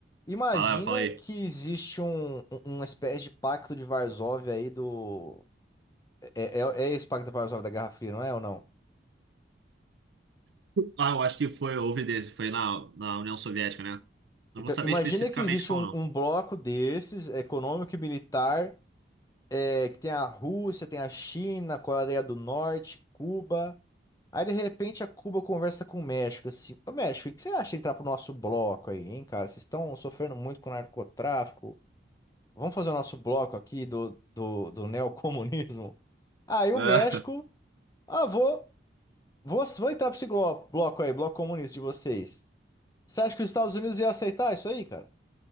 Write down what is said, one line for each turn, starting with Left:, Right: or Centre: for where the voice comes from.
Left: Imagina
Right: Fala, fala aí.
Left: que existe um, um- uma espécie de pacto de Varsóvia aí do. É, é, é esse pacto de Varsóvia da Guerra Fria, não é ou não?
Right: Ah, eu acho que foi, houve desse, foi na, na União Soviética, né? Não
Left: Então,
Right: vou saber
Left: imagina
Right: especificamente
Left: que existe
Right: qual
Left: um, um bloco desses, econômico e militar, é, que tem a Rússia, tem a China, a Coreia do Norte, Cuba. Aí, de repente, a Cuba conversa com o México, assim, ô México, o que você acha de entrar pro nosso bloco aí, hein, cara? Vocês estão sofrendo muito com narcotráfico. Vamos fazer o nosso bloco aqui do, do, do neocomunismo. Aí o
Right: não.
Left: México,
Right: É.
Left: ah, vou, vou, vou entrar pra esse glo- bloco aí, bloco comunista de vocês. Você acha que os Estados Unidos ia aceitar isso aí, cara?